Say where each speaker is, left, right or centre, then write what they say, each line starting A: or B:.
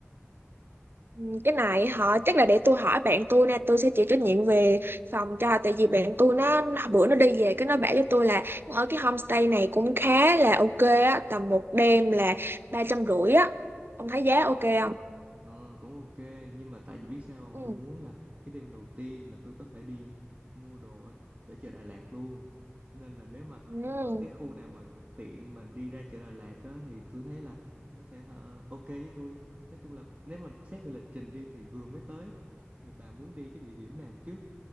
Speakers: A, on the right; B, on the right.
A: Ừ, cái này họ chắc là để tôi hỏi bạn tôi nè tôi sẽ chịu trách nhiệm về phòng cho tại vì bạn tôi nó bữa nó đi về cái nó bảo cho tôi là ở cái homestay này cũng khá là ok á tầm một đêm là ba trăm rưỡi á ông thấy giá ok không
B: Ờ, cũng ok nhưng mà tại vì biết sao không
A: ừ.
B: tôi muốn là cái đêm đầu tiên là tôi có thể đi mua đồ ở, ở chợ Đà Lạt luôn cho nên là nếu mà
A: Ừ.
B: ở cái khu nào mà tiện mà đi ra chợ Đà Lạt á, thì tôi thấy là nó sẽ ờ, ok với tôi nói chung là nếu mà xét về lịch trình đi thì vừa mới tới thì bà muốn đi cái địa điểm nào trước